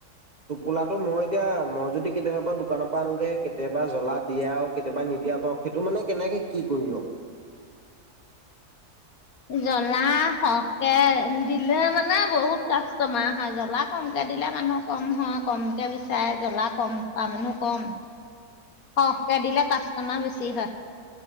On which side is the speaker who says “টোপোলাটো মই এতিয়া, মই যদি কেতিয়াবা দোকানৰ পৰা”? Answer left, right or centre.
Right